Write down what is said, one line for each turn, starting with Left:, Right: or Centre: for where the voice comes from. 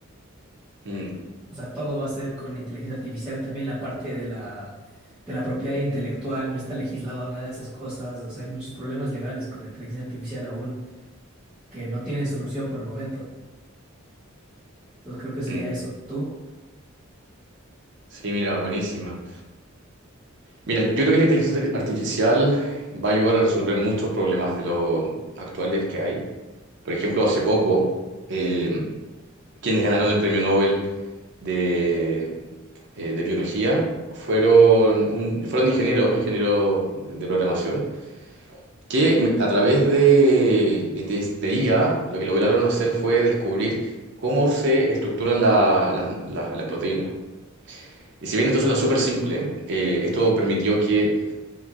Right: Mm,
Centre: O sea, todo va a ser con la inteligencia artificial, también la parte de la, de la propiedad intelectual, no está legislado nada de esas cosas, o sea, hay muchos problemas legales con la inteligencia artificial aún. que no tienen solución por el momento. Entonces creo que sería
Right: mm.
Centre: eso. ¿Tú?
Right: Sí, mira, buenísima. Mira, yo creo que la inteligencia artificial va a ayudar a resolver muchos problemas de los actuales que hay. Por ejemplo, hace poco, eh, quienes ganaron el premio Nobel de, eh, de biología fueron, un- fueron ingenieros, ingenieros de programación, que me- a través de, de, inte- de IA lo que lograron hacer fue descubrir cómo se estructuran la- las las- las proteínas. Y si bien esto suena súper simple, eh, esto permitió que